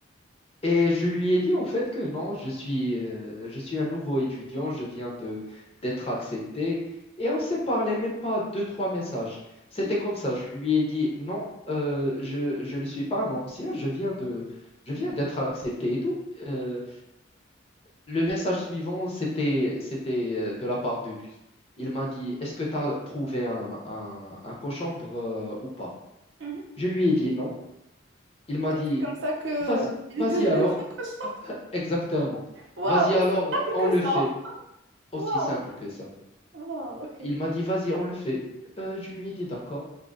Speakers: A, on the left (about 30°); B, on the right (about 75°).
A: Et je lui ai dit en fait que non, je suis, euh, je suis un nouveau étudiant, je viens de d'être accepté. Et on s'est parlé même pas deux, trois messages. C'était
B: Mhm,
A: comme ça. Je lui ai dit non, euh, je, je ne suis pas un ancien, je viens de, je viens d'être accepté et tout. Euh, le message suivant, c'était, c'était euh, de la part de lui. Il m'a dit, est-ce que tu as trouvé un, un, un cochambre euh, ou pas?
B: mhm.
A: Je lui ai dit non. Il m'a
B: Et
A: dit,
B: c'est comme ça que
A: vas-y,
B: euh, il
A: vas-y
B: est devenu
A: alors.
B: ton cochon.
A: <laughs> Exactement.
B: Waouh,
A: Vas-y alors,
B: aussi simple
A: on
B: que
A: le
B: ça.
A: fait. Aussi
B: Waouh,
A: simple que ça.
B: waouh, ok.
A: Il m'a dit, vas-y, on le fait. Euh, je lui ai dit, d'accord,